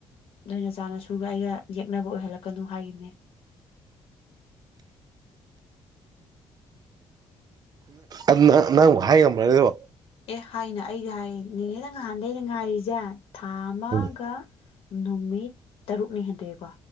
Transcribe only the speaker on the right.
ꯎꯪ ꯅꯪꯕꯨ ꯍꯥꯏ ꯉꯝꯕꯔꯥꯅꯦ ꯑꯗꯨꯕꯨ
ꯎꯝ